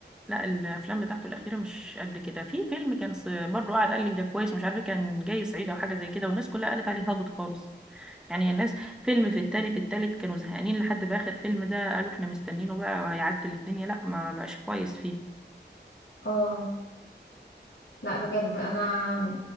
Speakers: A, in the centre; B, on the left.
A: لا الافلام بتاعته الاخيره مش قد كده في فيلم كان ص- برضه قاعد قال لك ده كويس مش عارفه كان جاي صعيدي او حاجه زي كده والناس كلها قالت عليه هابط خالص يعني الناس فيلم في التاني في التالت كانوا زهقانين لحد باخر فيلم ده قالوا احنا مستنينه بقى هيعدل الدنيا لا ما بقاش كويس فيه
B: اه لا بجد انا